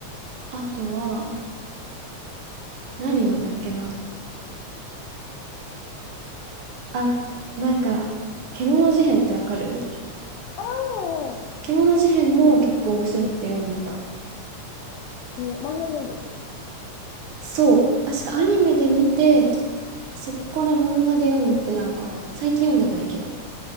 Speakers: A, on the right; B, on the left.
A: あとは、何読んだっけなあ、なんか、獣事変ってわかる
B: ああ、
A: 獣事変も結構面白くて読んでた。
B: へえ、漫画で読んでたんだ。
A: そう。確かアニメで見て、とそっから漫画で読んでたのかな。最近読んでないけど。